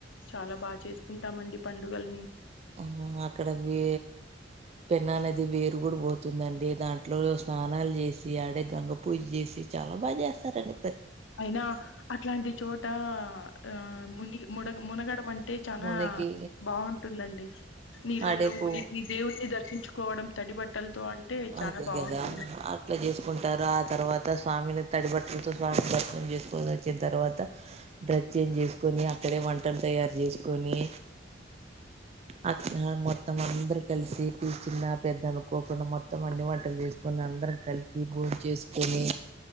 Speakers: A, on the left (about 85°); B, on the right (about 35°).
A: చాలా బా చేసుకుంటామండి పండుగల్ని
B: ఆ అక్కడ వే పెన్నా నది వేరు గూడ పోతుందండి దాంట్లో స్నానాల్జేసి ఆడే గంగ పూజ్జేసి చా ల బాగ జేస్తారండి
A: అయినా అట్లాంటి చోటా ఆ మునిగి ముడగ మునగడంటే టే చనా
B: మునకి
A: బావుంటుందండి నీళ్ళల్లో
B: ఆడేపు
A: మునిగి దేవుణ్ణి దర్శించుకోవడం తడి బట్టలతో అంటే చానా
B: అదే
A: బావుంటుందండి
B: గదా అట్లజేసుకుంటారా తర్వాత స్వామిని తడి బట్టలతో స్వామిని దర్శనం జేసుకోనొచ్చిన్ తర్వాత డ్రస్ చేంజేసుకొని అక్కడే వంటలు తయారు జెసుకొనీ అక్కడ మొత్తం అందరం కలిసి చిన్న పెద్దలు పోకుండా మొత్తం అన్ని వంటలు జేసుకొనందరం కలిసి భోంచేసుకొని